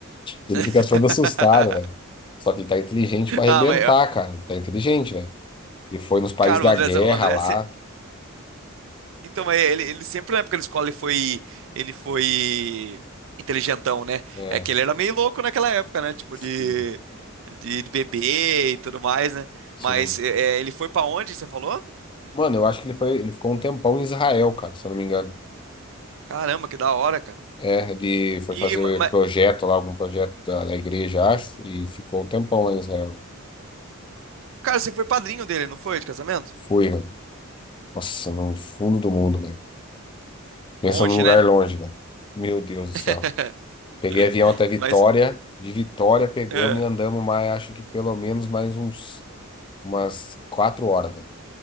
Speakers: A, on the left; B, on the right.
A: Ele
B: <laughs>
A: fica todo assustado, velho. Só que ele tá inteligente pra arrebentar,
B: Ah, mas, ó,
A: cara. Ele tá inteligente, velho. Ele foi nos países
B: cara,
A: da
B: o André,
A: guerra
B: o André,
A: lá.
B: Então, é, ele, ele sempre na época da escola ele foi, ele foi inteligentão, né?
A: É,
B: É que ele era meio louco naquela época, né? Tipo
A: sim,
B: de, de, de beber e tudo mais, né?
A: sim.
B: Mas é, é, ele foi pra onde, você falou?
A: Mano, eu acho que ele foi, ele ficou um tempão em Israel, cara, se eu não me engano.
B: Caramba, que da hora, cara.
A: É, ele foi
B: E,
A: fazer
B: ma- mas,
A: projeto lá, algum projeto da, da igreja, acho, e ficou um tempão lá em Israel.
B: cara, você foi padrinho dele, não foi, de casamento?
A: Fui, velho. Nossa, no fundo do mundo, velho. Pensa
B: Longe,
A: num lugar
B: né?
A: longe, cara. Meu Deus do céu.
B: <laughs>
A: Peguei avião até Vitória.
B: Mas,
A: De Vitória pegamos
B: é,
A: e andamos mais, acho que pelo menos mais uns umas quatro horas, velho.